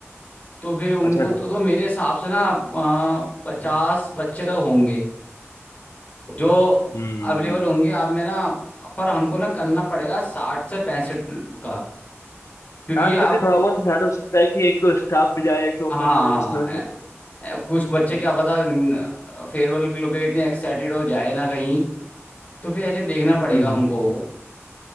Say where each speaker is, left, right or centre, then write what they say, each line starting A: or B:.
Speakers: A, on the left (about 30°); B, on the left (about 85°).
A: तो फिर उनको
B: अच्छा अच्छा
A: तो तो मेरे हिसाब से ना पचास बच्चे तक होंगे जो
B: हम्म
A: अवेलेबल होंगे आप में ना पर हमको ना करना पड़ेगा साठ से पैंसठ का क्योंकि
B: हाँ क्योंकि
A: आप
B: थोड़ा बहुत शायद हो सकता है कि एक दो स्टाफ भी जाए एक दो अपन
A: हाँ हाँ
B: लोग इस तरह
A: ए-
B: से
A: ए- कुछ बच्चे क्या पता फेयरवेल के लिए इतने एक्साइटेड हो जाए ना कहीं तो फिर ऐसे देखना पड़ेगा
B: हम्म
A: हमको